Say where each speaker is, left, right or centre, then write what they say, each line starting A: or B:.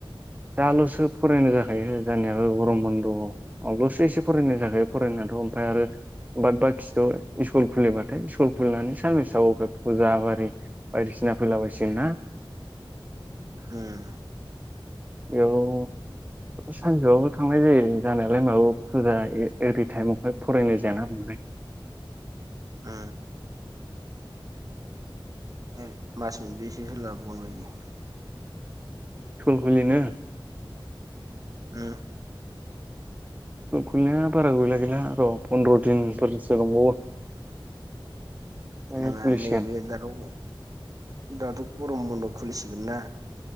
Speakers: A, on the right (about 20°); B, on the right (about 40°).
A: दाल'सो फरायनाय जाखायो जोंनियाबो गरम बनद अब्लासो एसे फरायनाय जाखायो फरायनायाथ' ओमफ्राय आरो बाद बाखिथ' सस्कुल खुलिबाथाय स्कुल खुलिनानै सारनिस अफायफोरखौ जाब आरोै बायदिसिना फैला बसिग ना
B: उम
A: बेयाव सानजौआवबो थांनाय जायो जानायालाय माबा फुजा ओरै टाइमावहाय फरायनाय जायाना बुंलाय
B: ओ ओरै मास मोनबोसेो सलाबावगोन बायदि <unintelligible>
A: थुल खुलिनो <unintelligible>
B: ओ
A: सट खुलिनाया बारा गैला गैला र' फन्द्र' दिनफोरसो दंबावो ओमफ्राय
B: नङा
A: खुलिसिगोन
B: नैबे दाथ' दाथ' गरम बन्द खुलिसिगोन ना